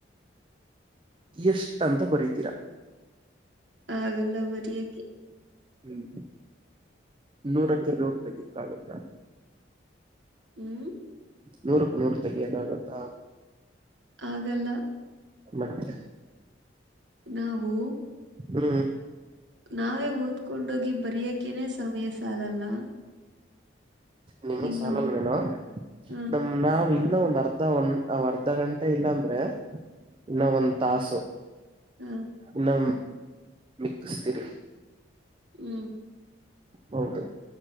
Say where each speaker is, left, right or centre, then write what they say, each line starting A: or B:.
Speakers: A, on the right; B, on the right.
A: ಎಷ್ಟ್ ಅಂತ ಬರೀತೀರಾ.
B: ಆಗಲ್ಲ ಬರಿಯಕೆ.
A: ಹ್ಮ್ ನೂರಕ್ಕೆ ನೂರು ತೆಗಿಕ್ಕಾಗುತ್ತಾ
B: ಹ್ಮ್
A: ನೂರಕ ನೂರ ತಗಿಯಕಾಗತ್ತ.
B: ಆಗಲ್ಲ.
A: ಮತ್ತ
B: ನಾವು
A: ಹ್ಮ.
B: ನಾವೇ ಓದ್ಕೊಂಡೋಗಿ ಬರಿಯಕೇನೆ ಸಮಯ ಸಾಲಲ್ಲ.
A: ನಿಮ್ಗ
B: ಇನ್ನು
A: ಸಾಲಲ್ವೇನೋ
B: ಹ
A: ನಮ್ ನಾವ್ ಇನ್ನ ಒಂದ ಅರ್ಧ ಒಂದ ಅ ಅರ್ಧ ಗಂಟೆ ಇಲ್ಲ ಅಂದ್ರೆ ಇನ್ನ ಒಂದ ತಾಸು.
B: ಹಾ
A: ಇನ್ನ ಮಿಕ್ಕಸ್ತೀರಿ.
B: ಹ್ಮ.
A: ಹೌದು